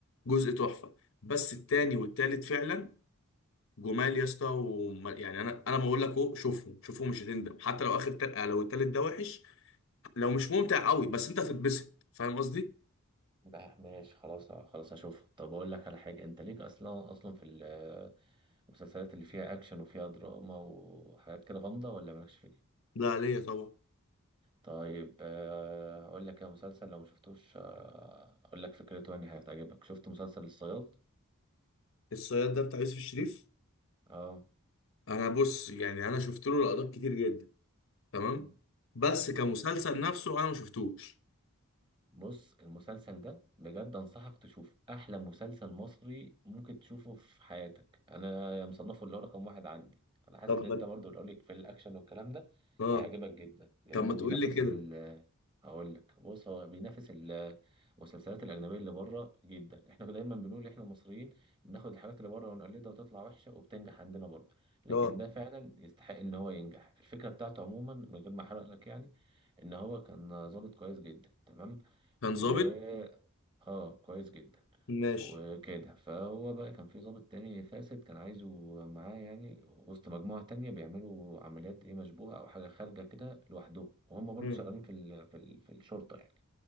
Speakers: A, on the left; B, on the right.
A: جزء تحفه بس التاني والتالت فعلا جمال يا اسطى وما- يعني انا انا ما اقول لك اهو شوفهم شوفهم مش هتندم حتى لو اخر تل... لو التالت ده وحش لو مش ممتع قوي بس انت هتتبسط فاهم قصدي؟
B: بقى ماشي خلاص خلاص هشوفه طب اقول لك على حاجه انت ليك اصلا اصلا في ال- المسلسلات اللي فيها اكشن وفيها دراما وحاجات كده غامضه ولا مالكش فيها
A: ده عليا طبعا
B: طيب آه، اقول لك يا مسلسل لو ما شفتوش آه، اقول لك فكرته يعني هتعجبك شفت مسلسل الصياد
A: الصياد ده بتاع يوسف الشريف
B: اه
A: انا بص يعني انا شفت له لقطات كتير جدا تمام
B: مم.
A: بس كمسلسل
B: ايوه
A: نفسه انا ما شفتوش
B: بص المسلسل ده بجد انصحك تشوفه احلى مسلسل مصري ممكن تشوفه في حياتك انا مصنفه اللي هو رقم واحد عندي انا حاسس
A: طب
B: ان انت
A: ما-
B: برضو اللي لك في الاكشن والكلام ده
A: اه
B: هيعجبك جدا لانه
A: طب ما تقول
B: بينافس
A: لي كده
B: ال هقول لك بص هو بينافس ال- المسلسلات الاجنبيه اللي بره جدا احنا دايما بنقول احنا المصريين بناخد الحاجات اللي بره ونقلدها وتطلع وحشه وبتنجح عندنا برضه لكن
A: اه
B: ده فعلا يستحق ان هو ينجح الفكره بتاعته عموما من غير ما احرق لك يعني ان هو كان ظابط كويس جدا تمام
A: كان
B: و
A: ظابط
B: اه كويس جدا
A: ماشي
B: وكده فهو بقى كان في ضابط تاني فاسد كان عايزه معاه يعني وسط مجموعة تانية بيعملوا عمليات ايه مشبوهة او حاجة خارجة كده لوحدهم وهم برضو
A: مم.
B: شغالين في ال... في ال... في الشرطة يعني